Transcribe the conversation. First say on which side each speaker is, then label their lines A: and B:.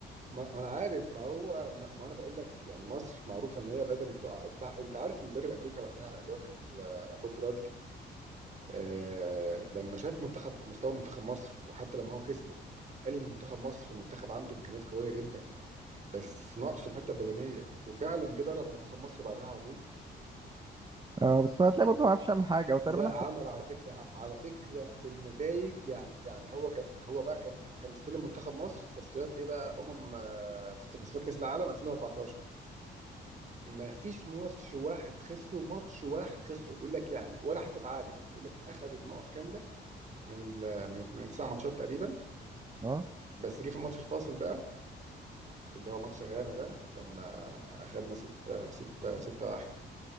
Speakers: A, on the right; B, on the right.
A: ما ما انا عارف ما هو ما انا بقول لك يعني مصر معروفه ان هي بدني بتقع انت انت عارف المدرب امريكا وقتها اللي هو كانت ل- بوب برادلي آه لما شاف منتخب مستوى منتخب مصر وحتى لما هو كسبه قال ان منتخب مصر منتخب عنده امكانيات قويه جدا بس ناقصه الحته البدنيه وفعلا جه درب منتخب مصر بعدها على طول
B: اه بس هتلاقي برضه ما عرفش يعمل حاجه او تقريبا
A: لا
B: احسن
A: عمل على فكره ع- على فكره في النتائج يعني يعني هو كان هو بقى كان كان استلم منتخب مصر في تصفيات ايه بقى امم آه، في تصفيات كاس العالم 2014 ما فيش ماتش واحد خسره ماتش واحد خسره بيقول لك يعني ولا حتى تعادل بيقول لك اخذ النقط كامله من ال من, من التسع ماتشات تقريبا
B: اه
A: بس جه في الماتش الفاصل بقى اللي هو ماتش غانا ده لما اخذنا 6 6 6 1